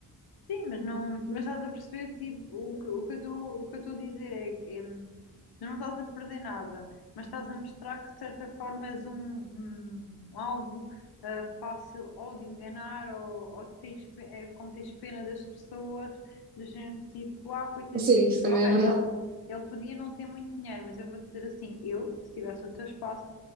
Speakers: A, on the left (about 80°); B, on the right (about 25°).
A: Sim, mas não, mas estás a perceber, tipo, o que, o que eu estou, o que eu estou a dizer é, que, hum, tu não estás a perder nada, mas estás a mostrar que de certa forma és um, um alvo ah, fácil ou de enganar ou, ou tens, pe- eh, como tens pena das pessoas, do género tipo, ah, coitadinho.
B: Sim, isso também
A: Ok,
B: é verdade.
A: ele, ele podia não ter muito dinheiro, mas eu vou dizer assim, eu, se tivesse o teu espaço